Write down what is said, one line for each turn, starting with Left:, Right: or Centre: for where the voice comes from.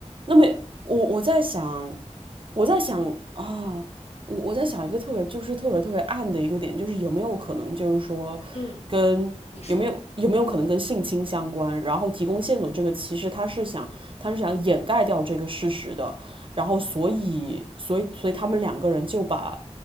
Right: 那么我我在想，我在想啊，我我在想一个特别就是特别特别暗的一个点，就是有没有可能就是说跟有没有有没有可能跟性侵相关？
Left: 嗯，你说，
Right: 然后提供线索这个其实他是想他是想掩盖掉这个事实的，然后所以所以所以他们两个人就把